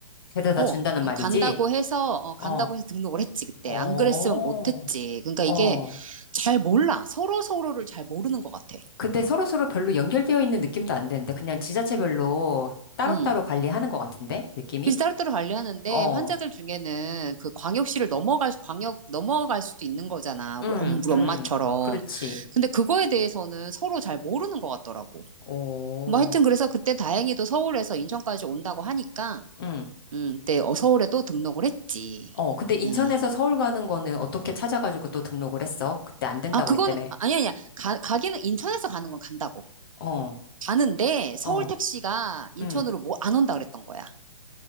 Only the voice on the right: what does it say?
어,
응, 간다고 해서, 어, 간다고
해서 등록을 했지, 그때.
안 그랬으면 못했지. 그러니까 이게
잘 몰라. 서로 서로를 잘 모르는 것 같아.
음.
그래서 따로따로 관리하는데
환자들 중에는 그 광역시를 넘어갈, 광역 넘어갈 수도 있는 거잖아.
우리 엄- 우리
엄마처럼.
근데 그거에 대해서는 서로 잘 모르는 것 같더라고.
뭐 하여튼 그래서 그때 다행히도 서울에서 인천까지 온다고 하니까
음, 그때 어, 서울에 또 등록을 했지.
음.
아, 그거는,
아니, 아니야. 아니야. 가, 가기는 인천에서 가는 건 간다고.
가는데 서울
택시가 인천으로
뭐 안 온다 그랬던 거야.